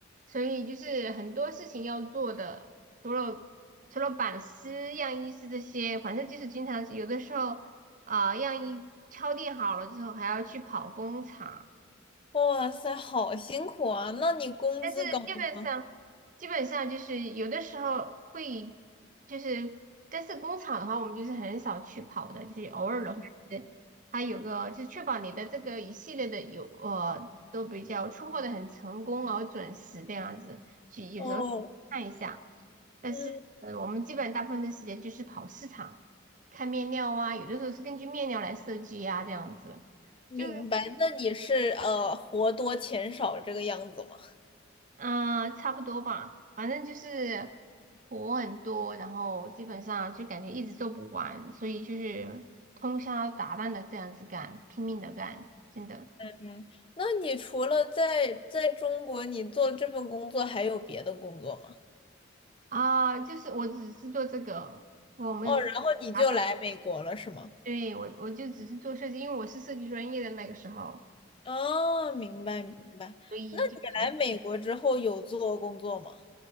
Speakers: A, on the right; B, on the left.
A: 所以就是很多事情要做的，除了除了版师、样衣师这些，反正就是经常有的时候啊、样衣敲定好了之后，还要去跑工厂。
B: 哇塞，好辛苦啊！那你工资高吗？
A: 但是基本上，基本上就是有的时候会，就是，但是工厂的话，我们就是很少去跑的，就是偶尔的话，是它有个就确保你的这个一系列的有呃都比较出货的很成功而准时这样子，去有时候看一下。
B: 哦，
A: 但是呃，
B: 嗯，
A: 我们基本大部分的时间就是跑市场，看面料啊，有的时候是根据面料来设计啊，这样子。
B: 明白。
A: 就
B: 那你是呃活多钱少这个样子吗？
A: 啊，差不多吧，反正就是活很多，然后基本上就感觉一直做不完，所以就是通宵达旦的这样子干，拼命的干，真的
B: 嗯，那你除了在在中国，你做这份工作还有别的工作吗？
A: 啊，就是我只是做这个，我没有做其他的，
B: 哦，然后你就来美国了，是吗？
A: 对，我我就只是做设计，因为我是设计专业的那个时候，
B: 哦，明白明白。
A: 所以就是
B: 那你来美国之后有做工作吗？